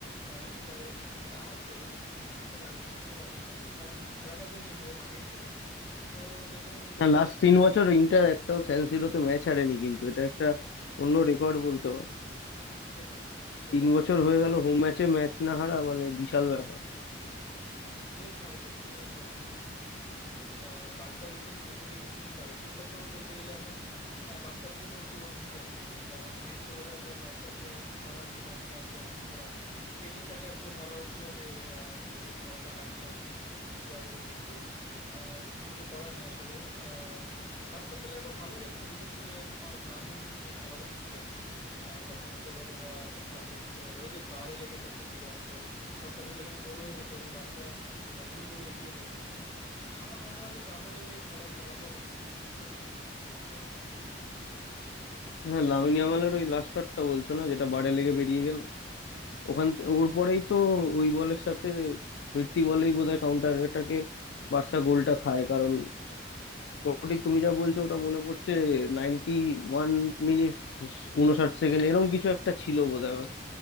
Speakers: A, on the left (about 25°); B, on the left (about 65°).
A: আহ, ইন্টারের ক্ষমতা আছে অনেক ম্যাচের ম্যাচ শুরুর আগেই কালকে কারণ খেলাটাও কিন্তু ইন্টারের মাঠেই ছিল তো যে কোনো মুহূর্তে
B: হ্যাঁ লাস্ট তিন বছর ইন্টার একটাও স্যান সিরোতে ম্যাচ হারেনি কিন্তু এটা একটা অন্য রেকর্ড বলতে পারো
A: সেটাই তো
B: তিন
A: হচ্ছে
B: বছর হয়ে গেল হোম ম্যাচে ম্যাচ না হারা মানে বিশাল ব্যাপার
A: বেশ ভালো খেলছে বেশ ভালো খেলছে আমার আহ, বার্সার এই যে নতুন এই যে টিমটা এই টিমটা তো বলতে গেলে এখন আহ, বার্সার পুনর্জীবন দিছে একটাকে কারণ হচ্ছে মেসি চলে যাওয়ার পর বার্সার যে খরা ছিল একটা ট্রফির খরা এই টিমটাকে আসলে ধরা হচ্ছিল যে আহ, সেই খরাটা কাটিয়ে আর কি ট্রাবল জিতবে আহ, কিন্তু কিছু করার নাই আসলে আহ, বার্সার প্লেয়াররা ভালো খেলছে বিশেষ করে তোমার লামিন যে খেলাটা দিছে আহ, গত ম্যাচও বলো বা কালকের ম্যাচও বলো ওই যে বারে লেগে তো একটা ফিরে আসলো ওই শটটা যদি ওখানে গোল হয়ে যেত এবং বার্সা আহ, দুই গোলে এগিয়ে যেত আহ, আমার মনে হয় যে তাহলে খেলার ফলাফল অন্য কিছুই হতে পারতো তোমার কি মনে হয়
B: হ্যাঁ লামিন ইয়ামালের ওই লাস্ট শটটা বলছো না যেটা বারে লেগে বেরিয়ে গেল
A: হ্যাঁ হ্যাঁ
B: ওখান থে- ওর পরেই তো ওই বলের সাথে ফিরতি বলেই বোধহয় কাউন্টার এটাকে বার্সা গোলটা খায় কারণ মোটামুটি তুমি যা বলছো ওটা মনে পড়ছে নাইনটি ওয়ান মিনিট উনষাট সেকেন্ড এরকম কিছু একটা ছিল বোধহয়